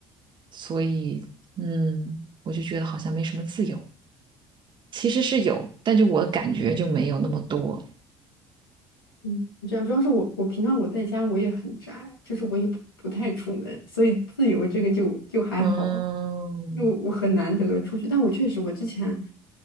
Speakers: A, on the right; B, on the left.
A: 所以嗯，我就觉得好像没什么自由，其实是有，但就我感觉就没有那么多。
B: 嗯，这样主要是我我平常我在家我也很宅，就是我也不不太出门，所以自由这个就就还好，
A: 嗯，
B: 就我很难得出去。但我确实，我之前